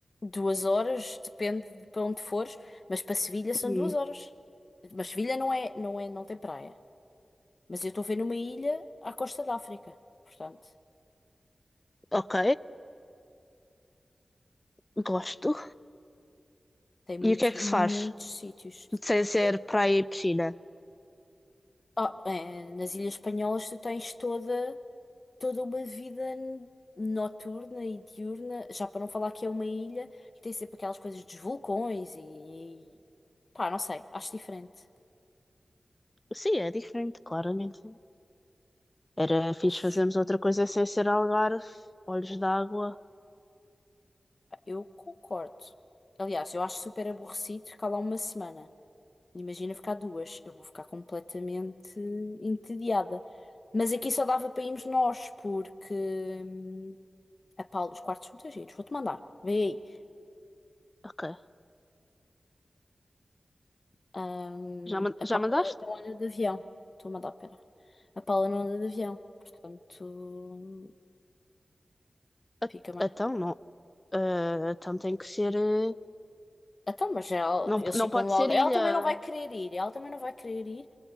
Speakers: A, on the left; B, on the left.
A: Duas horas, depende de para onde fores, mas para Sevilha são
B: Hum,
A: duas horas. Mas Sevilha não é, não é, não tem praia. Mas eu estou a ver numa ilha à costa da África. Portanto,
B: ok, gosto.
A: tem muitos,
B: E o que é que
A: muitos
B: se faz?
A: sítios.
B: Sem ser
A: É-
B: praia e piscina?
A: ah, é, nas Ilhas Espanholas tu tens toda, toda uma vida n- noturna e diurna, já para não falar que é uma ilha, que tem sempre aquelas coisas dos vulcões e, e pá, não sei, acho diferente.
B: Sim, é diferente, claramente. Era fixe
A: Acho.
B: fazermos outra coisa sem ser Algarve, olhos d'água.
A: Eu concordo. Aliás, eu acho super aborrecido ficar lá uma semana. Imagina ficar duas. Eu vou ficar completamente entediada. Mas aqui só dava para irmos nós, porque hum, a Paula, os quartos são muito giros. Vou-te mandar. Vê aí.
B: Ok.
A: Hum,
B: Já, man-
A: a
B: já
A: Paula
B: mandaste?
A: não anda de avião. Estou a mandar, pera. A Paula não anda de avião. Portanto,
B: Ah,
A: fica mais.
B: Então, não. Ah, então tem que ser. eh,
A: Então, mas ela,
B: Não,
A: eles
B: não
A: ficam
B: pode
A: no Algarve.
B: ser ilha.
A: Ela também não vai querer ir. Ela também não vai querer ir,